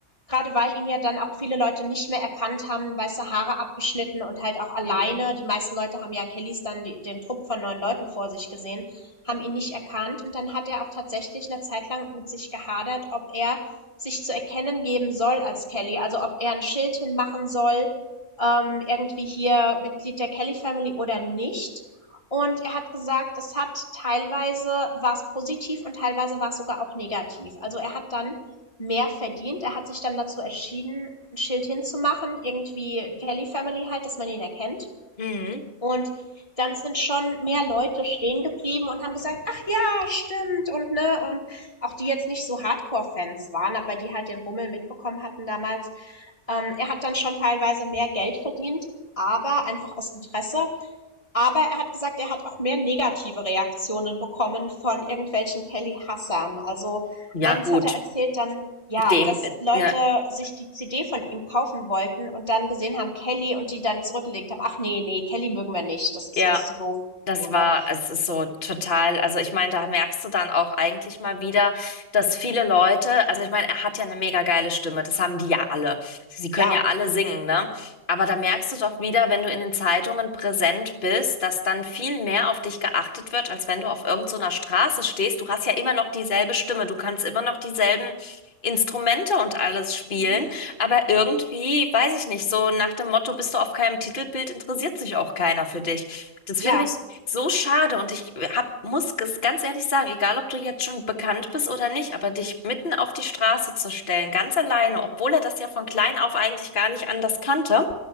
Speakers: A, on the left (about 25°); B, on the left (about 40°).
A: gerade weil ihn ja dann auch viele Leute nicht mehr erkannt haben, weiße Haare abgeschnitten und halt auch alleine.
B: Mhm.
A: Die meisten Leute haben ja Kellys dann die, den Trupp von neun Leuten vor sich gesehen, haben ihn nicht erkannt. Und dann hat er auch tatsächlich eine Zeit lang mit sich gehadert, ob er sich zu erkennen geben soll als Kelly. Also ob er ein Schild hinmachen soll, ähm, irgendwie hier Mitglied der Kelly Family oder nicht. Und er hat gesagt, es hat teilweise war es positiv und teilweise war es sogar auch negativ. Also er hat dann mehr verdient. Er hat sich dann dazu entschieden, ein Schild hinzumachen, irgendwie Kelly Family halt, dass man ihn erkennt.
B: Mhm.
A: Und dann sind schon mehr Leute stehen geblieben und haben gesagt, ach ja, stimmt und ne und auch die jetzt nicht so Hardcore-Fans waren, aber die halt den Rummel mitbekommen hatten damals. Ähm, er hat dann schon teilweise mehr Geld verdient, aber einfach aus Interesse, aber er hat gesagt, er hat auch mehr negative Reaktionen bekommen von irgendwelchen Kelly Hassern. Also
B: Ja,
A: eins
B: gut.
A: hat er erzählt dann, ja,
B: Dem,
A: dass
B: äh,
A: Leute
B: ne,
A: sich die CD von ihm kaufen wollten und dann gesehen haben Kelly und die dann zurückgelegt haben, ach nee, nee, Kelly mögen wir nicht, das ist
B: ja.
A: uns zu doof.
B: Das
A: So, ne?
B: war, es ist so total, also ich meine, da merkst du dann auch eigentlich mal wieder, dass viele Leute, also ich meine, er hat ja eine mega geile Stimme, das haben die ja alle. Sie können
A: Ja.
B: ja alle singen, ne? Aber da merkst du doch wieder, wenn du in den Zeitungen präsent bist, dass dann viel mehr auf dich geachtet wird, als wenn du auf irgend so einer Straße stehst. Du hast ja immer noch dieselbe Stimme, du kannst immer noch dieselben Instrumente und alles spielen,
A: Mhm.
B: aber irgendwie, weiß ich nicht, so nach dem Motto, bist du auf keinem Titelbild, interessiert sich auch keiner für dich. Das
A: Ja.
B: finde ich. So schade und ich hab, muss ges- ganz ehrlich sagen, egal ob du jetzt schon bekannt bist oder nicht, aber dich mitten auf die Straße zu stellen, ganz alleine, obwohl er das ja von klein auf eigentlich gar nicht anders kannte